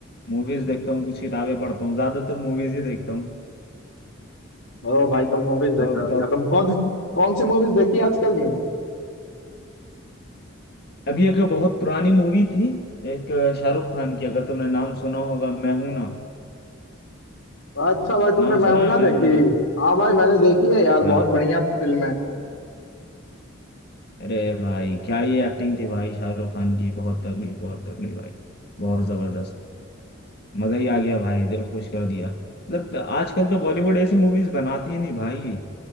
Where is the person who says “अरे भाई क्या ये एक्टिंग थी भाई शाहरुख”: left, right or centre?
Left